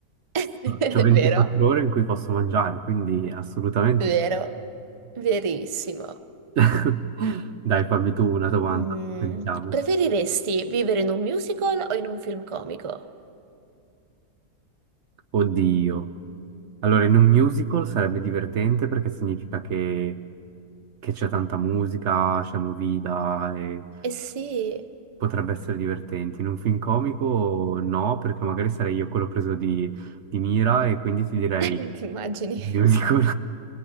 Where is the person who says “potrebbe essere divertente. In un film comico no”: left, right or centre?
Right